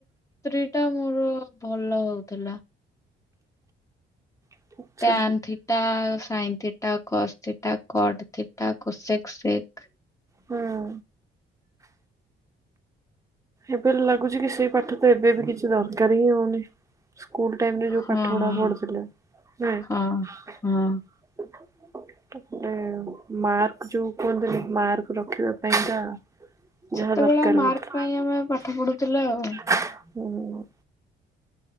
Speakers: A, on the left (about 15°); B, on the right (about 15°).
A: ତ୍ରି ଟା ମୋର ଭଲ ହଉଥିଲା।
B: ଆଚ୍ଛା
A: tan theta, sine theta, cos theta, cot theta cosec sec.
B: ହଁ। ଏବେ ଲାଗୁଛି କି ସେଇ ପାଠ ତ ଏବେ ବି କିଛି ଦରକାର ହିଁ ହଉନି। ସ୍କୁଲ ଟାଇମ ରେ ଯୋଉ
A: ହଁ
B: ପାଠ ପଢା ପଢୁଥିଲା ନୁହେଁ।
A: ହଁ ହଁ।
B: ତାପଟେ ମାର୍କ ଯୋଉ କୁହନ୍ତନି ମାର୍କ ରଖିବାକୁ ଏଇଟା
A: ସେତେବେଳେ
B: ଯାହା ଦରକାର
A: ମାର୍କ
B: ହେଉଥିଲା।
A: ପାଇଁ ଆମେ ପାଠ ପଢୁଥିଲେ ଆଉ।
B: ହୁଁ ହୁଁ।